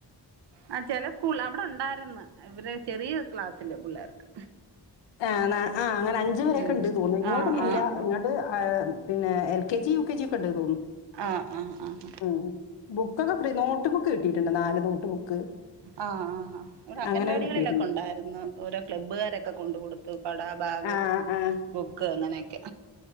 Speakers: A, on the right (about 70°); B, on the left (about 80°).
A: ആഹ് ചെല സ്കൂള് അവിടെ ഉണ്ടായിര്ന്ന് ഇവരെ ചെറിയ ക്ലാസ്സില് പിള്ളേർക്ക്
B: ആണെ ആഹ് അങ്ങനെ അഞ്ചു വരൊക്കെ
A: ഉം
B: ഇണ്ട് തോന്നുണ് ഇങ്ങോട്ടോന്നൂല്ല
A: ആഹ് ആഹ് ആഹ്
B: ഇങ്ങട്ട് പിന്നെ എൽ കെജി, യുകെജി ഒക്കെ ഇണ്ട് തോന്നു
A: ആഹ് ആഹ് ആഹ്
B: മ്മ് ബുക്കൊക്കെ ഫ്രീ നോട്ട് ബുക്ക് കിട്ടിട്ടുണ്ട് നാല് നോട്ട് ബുക്ക്
A: ആഹ് ആഹ് ഇവടെ അംഗൻവാടികളിലൊക്കെ
B: അങ്ങനെ കിട്ടിയിട്ടുണ്ട്
A: ഉണ്ടായിരുന്നു ഓരോ ക്ലബ്ബുകാരൊക്കെ കൊണ്ട് കൊടുത്തു പട ബാഗ്
B: ആ ആ
A: ബുക്ക് അങ്ങനെക്കെ